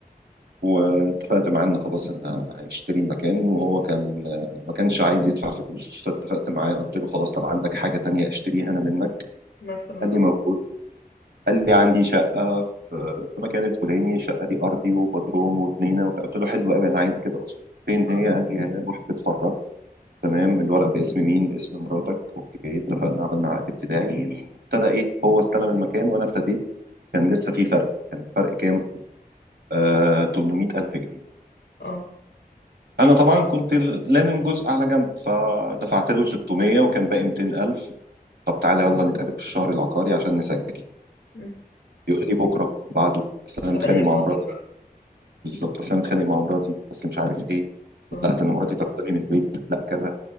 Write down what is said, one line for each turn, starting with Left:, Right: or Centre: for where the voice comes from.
Right: واتفقت معاه ان خلاص انا هيشتري مكان وهو كان ما كانش عايز يدفع فلوس فاتفقت معاه قلت له خلاص طب عندك حاجه تانية اشتريها انا منك
Left: مثلا
Right: قال لي موجود قال لي عندي شقه في في مكان الفلاني الشقه دي ارضي وبدروم وجنينه وبتاع. قلت له حلو قوي انا عايز كده اصلا فين
Left: اه
Right: هي قال لي هي روح تتفرج تمام الورق باسم مين باسم مراتك اوكي اتفقنا عملنا عقد ابتدائي وابتدى ايه هو استلم المكان وانا ابتديت كان لسه في فرق كان فرق كام آه 800000 جنيه
Left: اه
Right: انا طبعا كنت لامم جزء على جنب فدفعت له 600 وكان باقي 200,000 طب تعالى يلا نتقابل في الشهر العقاري عشان نسجل
Left: أمم.
Right: يقول لي بكره بعده بس
Left: بدأ
Right: انا متخانق
Left: يماطل
Right: مع مراتي
Left: بقى
Right: بالظبط بس انا متخانق مع مراتي بس مش عارف ايه
Left: اه
Right: لا ده انا مراتي طرداني من البيت لا كذا